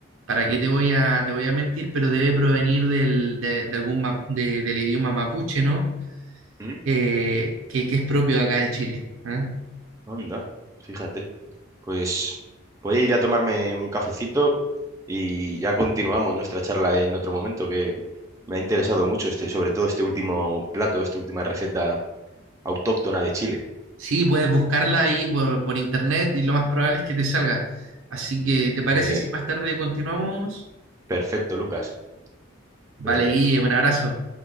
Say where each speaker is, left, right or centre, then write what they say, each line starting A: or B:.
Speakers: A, on the right (about 75°); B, on the right (about 15°).
A: para
B: ¿Mm?
A: qué te voy a, te voy a mentir, pero debe provenir del, de, de algún map- de- del idioma mapuche, ¿no?
B: ¿Mm?
A: Eh, que, que es propio de acá de Chile. ¿ah?
B: Anda. Fíjate. Pues voy a ir a tomarme un cafecito y ya continuamos nuestra charla en otro momento, que me ha interesado mucho este, sobre todo este último plato, esta última receta autóctona de Chile.
A: Sí, puedes buscarla ahí por, por internet y lo más probable es que te salga. Así que, ¿te parece
B: Muy bien.
A: si más tarde continuamos?
B: Perfecto, Lucas.
A: Vale,
B: fíjate
A: Guille, un abrazo.